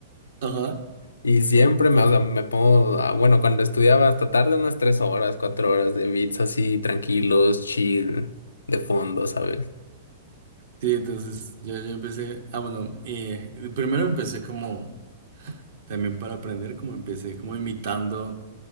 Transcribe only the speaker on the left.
Y siempre me,
o sea, me pongo, a- bueno, cuando estudiaba hasta tarde, unas 3 horas, 4 horas de beats así, tranquilos, chill, de fondo, ¿sabes?